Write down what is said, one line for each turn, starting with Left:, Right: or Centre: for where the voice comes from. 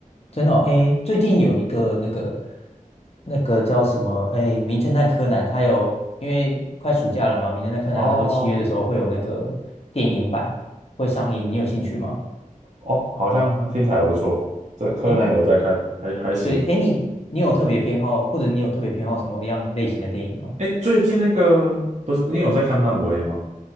Left: 真的哦诶，最近有一个那个那个叫什么诶，《名侦探柯南》，它有因为快暑假了嘛，《名侦探柯南》它都七月的时候会有那个电影版会上映，
Right: 哦
Left: 你有兴趣吗？
Right: 哦，好像听起来还不错。这柯南有在看，
Left: 诶
Right: 还还行。
Left: 对，哎，你你有特别偏好，或者你有特别偏好什么样类型的电影吗？
Right: 哎，最近那个不是你有在看漫威吗？